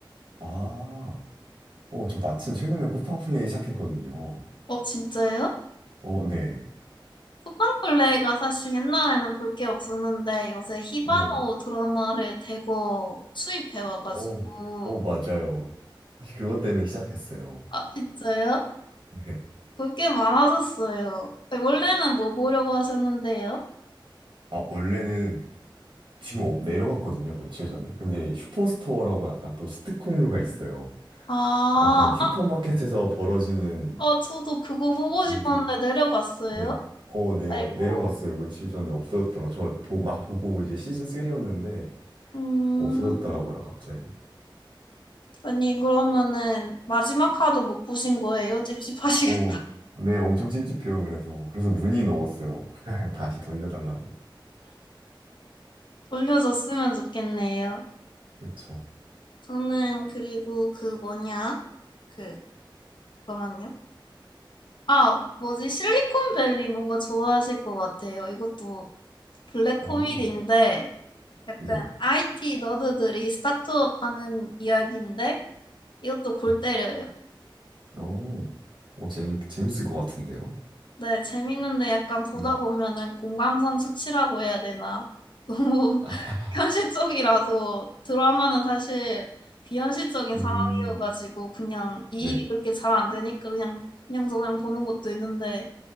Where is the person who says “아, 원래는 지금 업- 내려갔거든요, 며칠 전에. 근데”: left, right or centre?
Right